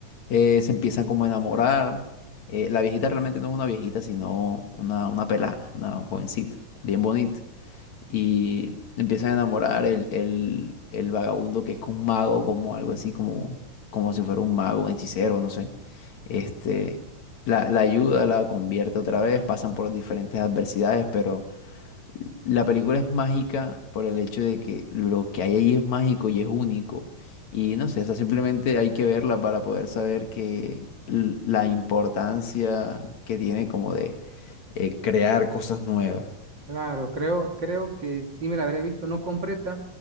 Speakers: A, on the left; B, on the right.
A: eh, se empiezan como a enamorar. Eh, la viejita realmente no es una viejita, sino una, una pelada, una jovencita, bien bonita. Y empiezan a enamorar el, el, el vagabundo que es un mago, como algo así, como, como si fuera un mago, un hechicero, no sé. Este, la, la ayuda, la convierte otra vez, pasan por diferentes adversidades, pero la película es mágica por el hecho de que lo que hay ahí es mágico y es único. Y no sé, o sea, simplemente hay que verla para poder saber que l- la importancia que tiene como de eh, crear cosas nuevas.
B: Claro, creo, creo que sí me la habré visto, no completa,